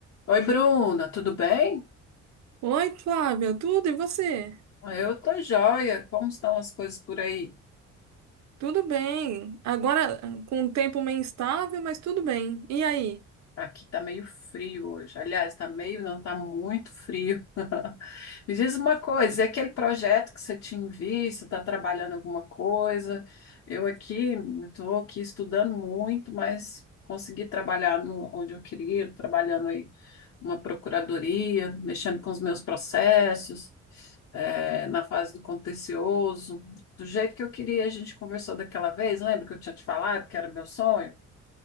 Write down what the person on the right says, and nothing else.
Oi, Flávia, tudo e você?
Tudo bem. Agora com um tempo meio instável, mas tudo bem. E aí?